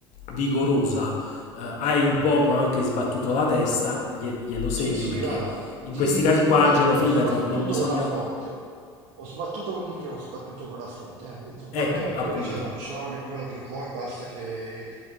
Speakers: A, on the left; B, on the right.
A: vigorosa, eh, hai un poco anche sbattuto la testa, glie- glielo segno
B: Sì, sì,
A: perché
B: va. Di,
A: in questi casi
B: di- di
A: qua,
B: che
A: Angelo,
B: ho,
A: fidati,
B: ho sbattuto
A: non bisogna...
B: con la fronte. Ho sbattuto, di che ho sbattuto con la fronte. Ah, Eh,
A: Ecco,
B: va bene
A: appunto,
B: il codice arancione, quello che vuoi, basta che